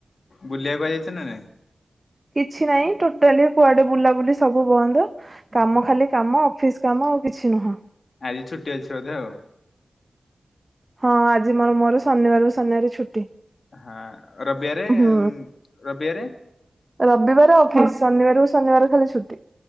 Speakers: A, on the left; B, on the right.
A: ବୁଲିବାକୁ ଯାଇଛ ନା ନାଇଁ।
B: କିଛି ନାହିଁ ଟୋଟାଲି କୁଆଡେ ବୁଲାବୁଲି ସବୁ ବନ୍ଦ କାମ
A: ହୁଁ
B: ଖାଲି କାମ ଅଫିସ। କାମ ଆଉ କିଛି ନୁହଁ।
A: ଆଜି ଛୁଟି ଅଛି ବୋଧେ ଆଉ
B: ହଁ ଆଜି ମୋର ମୋର ଶନିବାରକୁ ଶନିବାର ଛୁଟି
A: ହଁ ରବିବାରେ
B: ହୁଁ
A: ରବିବାରେ
B: ରବିବାର ଅଫିସ୍ ଶନିବାରକୁ ଶନିବାର ଖାଲି ଛୁଟି।